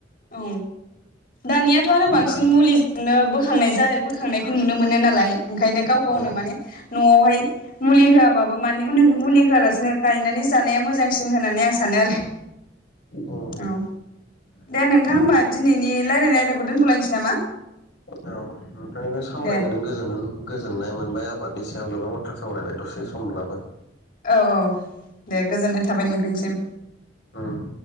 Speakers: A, on the left; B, on the left.
A: औ दानियाथ' आरो बांसिन
B: दा
A: मुलिजोंनो बोखांनाय ज बोखांनायखौ नु नो मोनो नालाय ओंखायनो गाव गावनो
B: औ औ
A: माने न आव आवहाय मुलि होआबाबो माने मुलि मुलि होआलासिनो गायनानै जानाया मोजां सिन होननानै आं सानो आरो
B: उम
A: औ
B: औ
A: दे नोंथां होमबा दिनैनि रायलायनाय आयदाखौ दोनथ'लायनोसै नामा
B: नोंथांजों सावरायनानै
A: दे
B: गोजोननाय मोनबाय आबादनि <unintelligible> बेयाव गोबां बाथ्रा सावरायबाय दसे समब्लाबो
A: औ औ दे गोजोननाय थाबाय नोंथांसिम
B: उम